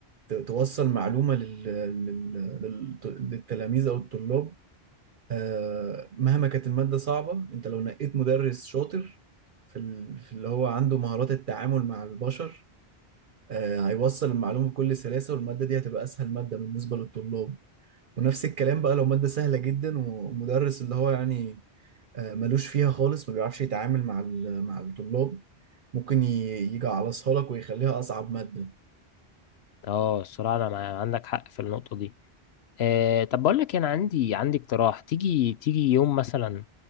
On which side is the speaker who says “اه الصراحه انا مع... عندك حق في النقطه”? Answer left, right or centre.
Left